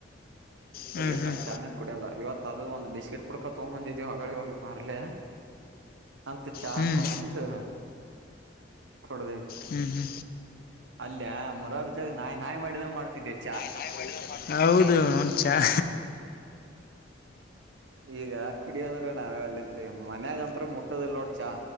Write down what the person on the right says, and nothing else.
ಇರ್ಲಿಕ್ಕಂದ
ಚಾನೇ ಕುಡಿಯಲ್ಲ ಇವತ್ ಅದು ಒಂದ ಬಿಸ್ಕಿಟ್ ಕುಡ್ಕೊತ್ಗ ಬಂದಿದೀವಿ ಹೊಗಳ ಹೋಗಿ ಬಾರ್ಲೆ ಅಂತ ಚಾ
ಹಾಕೊಂಬಂದ ಕೊಡದೇವಿ
ಅಲ್ಲಿಯ ಮೂರಾರ <unintelligible> ನಾಯಿ ನಾಯಿ ಮಾಡಿದಂಗ ಮಾಡ್ತಿದ್ದೆ ಚಾ
ಈಗ ಕುಡ ಅಂದ್ರೆ ನಾವೆ ಅಲ್ಲಿಂತ ಮನೆ ಗಂತು ಮುಟ್ಟದಲ್ ನೋಡ್ ಚಾ